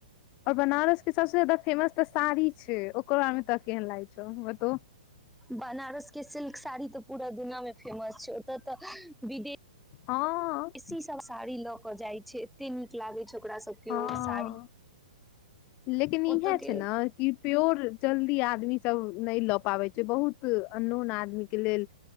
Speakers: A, on the left; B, in the centre.
A: और बनारस के सबस जााददा फेमस तऽ साड़ी छै ओकरो ब मे तऽ केन लागै छौ बतो
B: बनारसके सिल्क साड़ी तऽ पूरा दुनिमे फेमस छै ओतऽ तऽ विदेश
A: हँ
B: एसी सब साड़ी लऽ जाइ छै एते नीक लागै छै ओकरा सबके
A: हँ
B: साड़ी
A: लेकिन इएह
B: ओत के
A: छै ने कि प्योर जल्दी आदमी सब नहि लऽ पाबै छै बहुत अननोोन आदमी के लेल